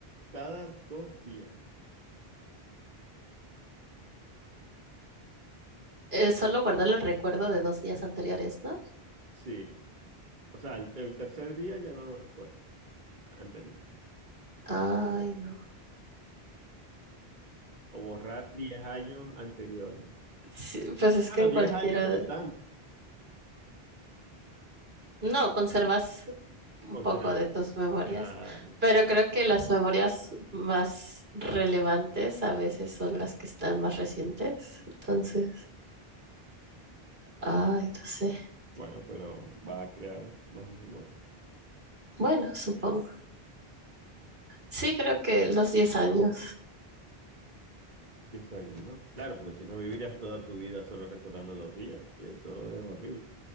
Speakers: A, on the right; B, on the right.
A: cada dos días?
B: Eh, solo guardar el recuerdo de dos días anteriores, ¿no?
A: Sí, o sea, el, el tercer día ya no lo recuerdas, anterior.
B: Ay, no.
A: O borrar 10 años anteriores.
B: Sí, pues es
A: Bueno,
B: que en
A: 10
B: cualquiera
A: años no
B: de-
A: es tanto.
B: No, conservas un
A: Con
B: poco
A: cero-
B: de tus memorias,
A: ya,
B: pero creo que las memorias más relevantes a veces son las que están más recientes. Entonces, ay, no sé.
A: bueno, pero vas a crear más memoria.
B: Bueno, supongo. Sí, creo que los 10 años.
A: 10 años, ¿no? Claro, porque si no vivirías toda tu vida solo recordando dos días, y eso es horrible.